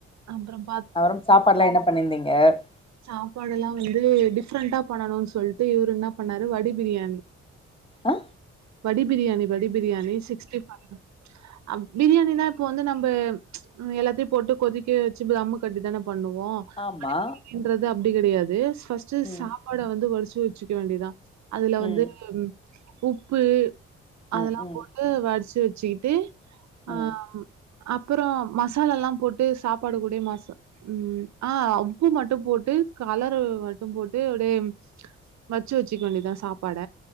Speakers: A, on the right; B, on the left.
A: அப்புறம்
B: அப்புறம் சாப்பாடுலாம் என்ன பண்ணிருந்தீங்க ஒகே
A: சாப்பாடு எல்லாம் வந்து டிப்ரெண்டா பண்ணணும்னு சொல்லிட்டு இவரு என்ன பண்ணாரு வடி பிரியாணி
B: ஆஹ
A: வடி பிரியாணி வடி பிரியணி சிக்ஸ்டி ப்பைவ் பிரியாணிலாம் இப்ப வந்து நம்ம எல்லாத்தையும் போட்டு கொதிக்க வச்சு தம் கட்டிதானே பண்ணுவோம்
B: ஆமா
A: ன்றது அப்டி கெடையாது பஸ்ட்
B: ம்
A: சாப்பாடு வந்து வடிச்சி குரிசிக்க வேண்டியதா அதுல வந்து
B: ம்
A: உப்பு அதெல்லாம்
B: ம் ம்
A: போட்டு வடிச்சு வ சீட்டு ஆஹ்
B: ம்
A: அப்பறம் மசால எல்லாம் போட்டு சாப்பாட கூடிய மாசம் ம் ஹ் உப்பு மட்டும் போட்டு கலர மட்டும் போட்டு அப்டியே வச்சு வச்சிக்க வேண்டியதான் சாப்பாட